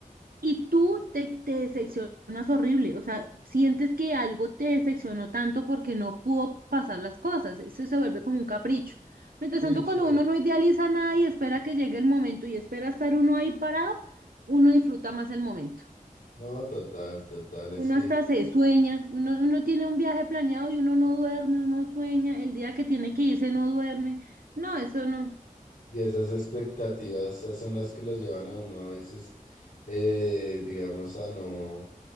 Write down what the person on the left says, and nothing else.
Sí,
chévere.
No, total, total, es
que,
y esas expectativas son las que los llevan a uno a veces, eh, digamos, a no.